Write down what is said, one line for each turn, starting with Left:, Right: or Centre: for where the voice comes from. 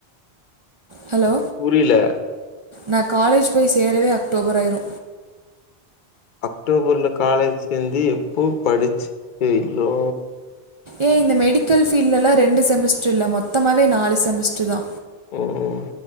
Right: ஹலோ
Left: புரியலே
Right: நா காலேஜ் போய் சேரவே அக்டோபர் ஆயிரு
Left: அக்டோபர்ல காலேஜ் சேந்தி எப்போ படிச்சி எயில்லோ
Right: ஏ இந்த மெடிக்கல் பீல்ட்லலா ரெண்டு செமஸ்ட்ரு இல்ல மொத்தமாவே நாலு செமஸ்ட்ருதா
Left: ம்